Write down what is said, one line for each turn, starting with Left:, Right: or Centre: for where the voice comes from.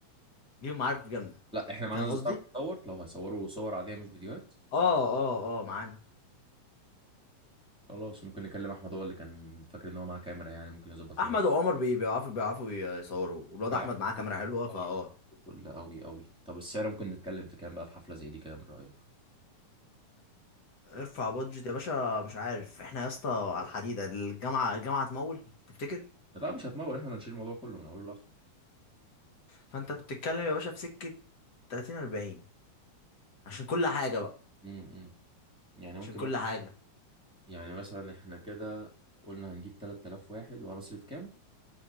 Left: ليهم معارف جامدة
Centre: لا احنا معانا
Left: فاهم
Centre: ناس
Left: قصدي؟
Centre: بتعرف تصور لو هيصوروا صور عاديه مش فيديوهات
Left: اه اه اه معانا
Centre: خلاص ممكن نكلم احمد هو اللي كان فاكر ان هو معاه كاميرا يعني ممكن يظبط
Left: احمد
Centre: لنا
Left: وعمر بي- بيعرفوا بيعرفوا يصوروا والواد
Centre: يا
Left: احمد معاه كاميرا حلوة فاه
Centre: قوي كل قوي قوي طب السعر ممكن نتكلم في كام بقى في حفله زي دي كده من رايك
Left: ارفع بادجت يا باشا مش عارف احنا يا اسطى على الحديدة الجامعة الجامعة هتمول تفتكر؟
Centre: لا مش هتمول احنا اللي هنشيل الموضوع كله من اوله لاخره
Left: فانت بتتكلم يا باشا في سكة 30 40 عشان كل حاجة بقى
Centre: امم يعني ممكن
Left: عشان كل
Centre: مثلا
Left: حاجة
Centre: يعني مثلا احنا كده قلنا هنجيب 3000 واحد وهنصرف كام